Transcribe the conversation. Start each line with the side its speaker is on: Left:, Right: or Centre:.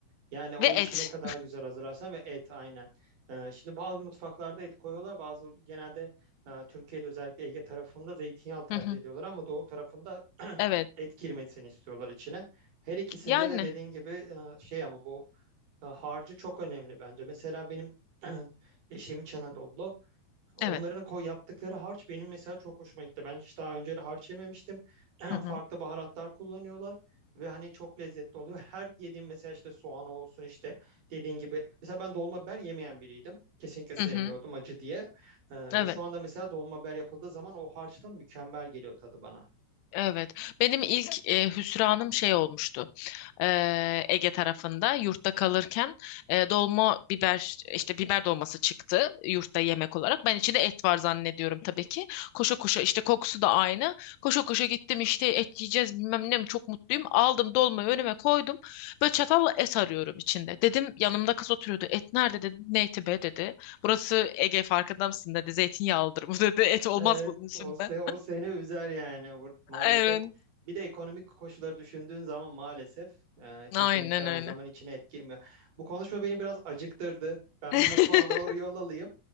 Right: Yani o
Left: Ve
Right: içi
Left: et.
Right: ne kadar güzel hazırlarsan ve et aynen. Ee, şimdi bazı mutfaklarda et koyuyorlar. Bazı genelde e, Türkiye'de özellikle Ege tarafında zeytinyağı tercih
Left: Hı hı.
Right: ediyorlar ama doğu tarafında
Left: Evet.
Right: <clears throat> et girmesini istiyorlar içine. Her ikisinde
Left: Yani
Right: de dediğin gibi e, şey ama bu e, harcı çok önemli bence. Mesela benim <clears throat> eşim İç Anadolu. Onların
Left: evet.
Right: koy yaptıkları harç benim mesela çok hoşuma gitti. Ben hiç daha önce de harç yememiştim. <clears throat>
Left: Hı hı.
Right: Farklı baharatlar kullanıyorlar ve hani çok lezzetli oluyor. Her yediğim mesela işte soğan olsun işte dediğin gibi. Mesela ben dolma biber yemeyen biriydim. Kesinlikle sevmiyordum
Left: Hı hı.
Right: acı diye. Ee,
Left: Evet.
Right: ve şu anda mesela dolma biber yapıldığı zaman o harçtan mükemmel geliyor tadı bana.
Left: Evet. Benim ilk e, hüsranım şey olmuştu. Eee, Ege tarafında yurtta kalırken e, dolma biber işte biber dolması çıktı yurtta yemek olarak. Ben içinde et var zannediyorum tabii ki. Koşa koşa işte kokusu da aynı. Koşa koşa gittim işte et yiyeceğiz bilmem ne çok mutluyum. Aldım dolmayı önüme koydum. Böyle çatalla et arıyorum içinde. Dedim yanımda kız oturuyordu. Et nerede dedim. Ne eti be dedi. Burası Ege farkında mısın dedi. Zeytinyağlıdır bu <laughs> dedi. Et olmaz
Right: Evet,
Left: bunun içinde.
Right: o, se- o seni üzer yani Bur- maalesef.
Left: Evet.
Right: Bir de ekonomik koşulları düşündüğün zaman maalesef e, kesinlikle
Left: Aynen
Right: her
Left: öyle.
Right: zaman içine et girmiyor. Bu konuşma beni biraz acıktırdı. Ben
Left: <laughs>
Right: bir mutfağa doğru yol alayım.